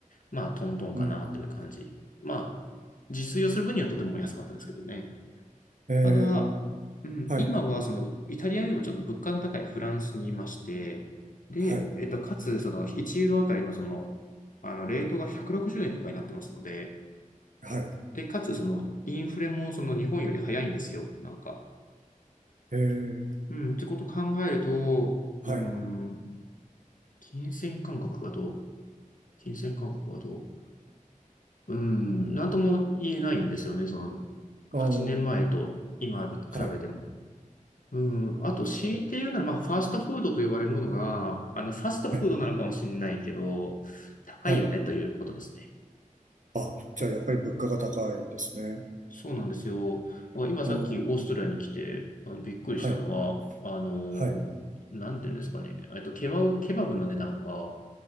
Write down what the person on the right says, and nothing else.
うん。
えー、
はい。
はい。
はい。
えー、
はい。
あー
はい。
なるほど。
はい。
はい。あ、じゃあやっぱり物価が高いんですね。
うん。
はい。
はい。